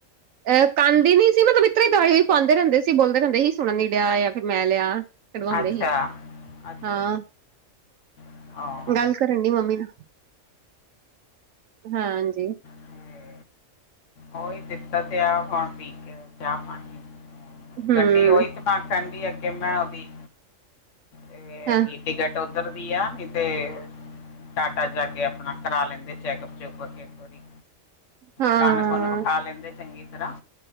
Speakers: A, on the right; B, on the left.
A: ਅਹ ਕੰਨ ਦੀ ਨੀ ਸੀ ਮਤਲਬ ਇਤਰਾਂ ਹੀ ਦਵਾਈਆਂ ਪਾਉਂਦੇ ਰਹਿੰਦੇ ਸੀ, ਬੋਲਦੇ ਰਹਿੰਦੇ ਸੀ, ਸੁਣਨ ਨੀ ਡਿਆ, ਜਾਂ ਫਿਰ ਮੈਂ ਲਿਆ। ਕਢਵਾਉਂਦੇ
B: ਅੱਛਾ
A: ਸੀ,
B: ਅੱਛਾ
A: ਹਾਂ
B: ਅੱਛਾ
A: ਗੱਲ ਕਰਨ ਡਈ ਮੰਮੀ ਨਾਲ। ਹਾਂ ਜੀ।
B: ਤੇ ਉਹੀ ਦਿੱਤਾ ਤੇ ਆ ਹੁਣ ਪੀ ਕੇ ਚਾਹ ਪਾਣੀ,
A: ਹਮ
B: ਗੱਡੀ ਉਹੀ ਤੇ। ਤਾਂ ਕਣ ਦੀ ਅੱਗੇ ਮੈਂ ਉਹਦੀ, ਇਹ
A: ਹਾਂ
B: ਹੈਗੀ। ਟਿਕਟ ਉੱਧਰ ਦੀ ਆ, ਨਹੀਂ ਤੇ ਟਾਟਾ ਜਾ ਕੇ ਆਪਣਾ ਕਰਾ ਲੈਂਦੇ, ਚੈਕਅਪ ਚੁਕਅਪ ਕੇ ਇੱਕ ਵਾਰੀ।
A: ਹੂੰ।
B: ਕੰਨ ਕੁੰਨ ਵਿਖਾ ਲੈਂਦੇ ਚੰਗੀ ਤਰ੍ਹਾਂ।